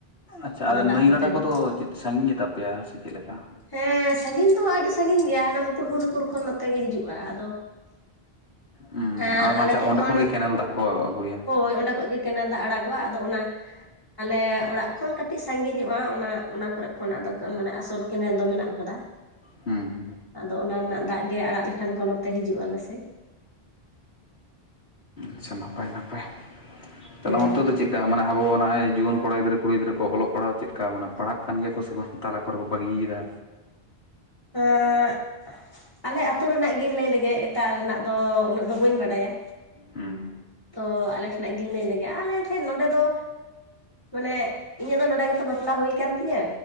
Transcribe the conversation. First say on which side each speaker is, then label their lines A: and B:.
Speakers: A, on the left; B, on the left.
A: ᱟᱪᱷᱟ
B: ᱚᱱᱟ
A: ᱟᱨ
B: ᱫᱟᱜ
A: ᱱᱟᱹᱭ
B: ᱠᱚᱛᱮ
A: ᱜᱟᱰᱟ
B: ᱦᱚᱸ
A: ᱠᱚᱫᱚ ᱪᱮᱫ ᱥᱟᱺᱜᱤᱧ ᱜᱮᱛᱟ ᱯᱮᱭᱟ ᱥᱮ ᱪᱮᱫᱮ ᱞᱮᱠᱟ?
B: ᱦᱮᱸᱻ ᱥᱟᱺᱜᱤᱧ ᱫᱚ ᱟᱹᱰᱤ ᱥᱟᱺᱜᱤᱧ ᱜᱮᱭᱟ, ᱦᱟᱱᱟ ᱢᱩᱠᱩᱴᱵᱩᱱᱤᱯᱩᱨ ᱠᱷᱚᱱ ᱱᱚᱛ ᱛᱮ ᱜᱮ ᱦᱤᱡᱩᱜᱼᱟ ᱟᱫᱚ
A: ᱦᱩᱸ
B: ᱟᱨ
A: ᱢᱟᱪᱷᱟ
B: ᱟᱞᱮ ᱴᱷᱮᱡ
A: ᱚᱸᱰᱮ
B: ᱠᱷᱚᱱ,
A: ᱜᱮ ᱠᱮᱱᱮᱞ ᱫᱟᱜ ᱠᱚ ᱟᱹᱜᱩᱭᱟ
B: ᱦᱳᱭ ᱚᱸᱰᱮ ᱠᱷ ᱜᱮ ᱠᱮᱱᱮᱞ ᱫᱟᱜ ᱟᱲᱟᱜᱚᱜᱼᱟ ᱟᱫᱚ ᱚᱱᱟ ᱟᱞᱮ ᱚᱲᱟᱜ ᱠᱷᱚᱱ ᱠᱟᱹᱴᱤᱡ ᱥᱟᱺᱜᱤᱧᱚᱜᱼᱟ, ᱚᱱᱟ ᱚᱱᱟ ᱠᱚᱨᱮ ᱠᱷᱚᱱ ᱟᱫᱚ ᱢᱟᱱᱮ ᱟᱥᱚᱞ ᱠᱮᱱᱮᱞ ᱫᱚ ᱢᱮᱱᱟᱜ ᱟᱠᱟᱫᱟ᱾
A: ᱦᱩᱸ
B: ᱟᱫᱚ ᱚᱱᱟ ᱨᱮᱱᱟᱜ ᱫᱟᱜ ᱜᱮ ᱟᱲᱟᱜ ᱞᱮᱠᱷᱟᱱ ᱠᱚ ᱱᱚᱛᱮ ᱦᱤᱡᱩᱜ-ᱟᱞᱮ ᱥᱮ᱾
A: ᱟᱪᱷᱟ ᱱᱟᱯᱟᱭ ᱱᱟᱯᱟᱭ᱾ ᱛᱟᱦᱚᱞᱮ
B: ᱦᱮᱸ
A: ᱫᱚ ᱪᱮᱫ ᱢᱟᱱᱮ ᱟᱵᱚ ᱱᱚᱸᱜ-ᱚᱭ ᱡᱩᱣᱟᱹᱱ ᱠᱚᱲᱟ ᱜᱤᱫᱽᱟᱹ ᱠᱩᱲᱤ ᱜᱤᱫᱽᱨᱟᱹ ᱠᱚ ᱚᱞᱚᱜ ᱯᱟᱲᱦᱟᱣ ᱪᱮᱫ ᱠᱟ ᱢᱟᱱᱮ ᱯᱟᱲᱦᱟᱜ ᱠᱟᱱ ᱜᱮᱭᱟ ᱠᱚ ᱥᱮ ᱵᱟᱝ? ᱛᱟᱞᱟ ᱠᱚᱨᱮ ᱠᱚ ᱵᱟᱹᱜᱤᱭᱮᱫᱟ᱾
B: ᱮᱸᱻ ᱦᱮᱸᱜ᱾ ᱟᱞᱮ ᱟᱹᱛᱩ ᱨᱮᱱᱟᱜ ᱜᱮᱧ ᱞᱟᱹᱭ ᱞᱮᱜᱮ, ᱮᱴᱟᱜ ᱨᱮᱱᱟᱜ ᱫᱚ ᱩᱱᱟᱹᱜ ᱫᱚ ᱵᱟᱹᱧ ᱵᱟᱰᱟᱭᱟ᱾
A: ᱦᱩᱸ
B: ᱛᱚ ᱟᱞᱮ ᱴᱷᱮᱱᱟᱜ ᱜᱤᱧ ᱞᱟᱹᱭ ᱞᱮᱜᱮ, ᱟᱞᱮ ᱴᱷᱮᱱ ᱱᱚᱰᱮ ᱫᱚ ᱢᱟᱱᱮᱜ ᱤᱧᱟᱹᱜ ᱫᱚ ᱱᱚᱰᱮ ᱜᱮᱛᱚ ᱵᱟᱯᱞᱟ ᱦᱩᱭ ᱟᱠᱟᱱ ᱛᱤᱧᱟᱹ᱾